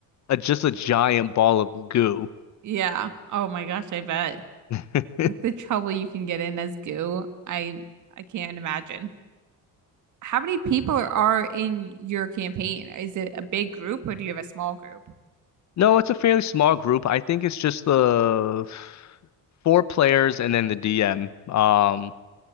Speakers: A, on the left (about 45°); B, on the right (about 50°).
A: a, just a giant ball of goo.
B: Yeah. Oh my gosh, I bet.
A: <laughs>
B: The trouble you can get in as goo, I I can't imagine. how many people are in your campaign? Is it a big group or do you have a small group?
A: No, it's a fairly small group. I think it's just the f- four players and then the DM. Um,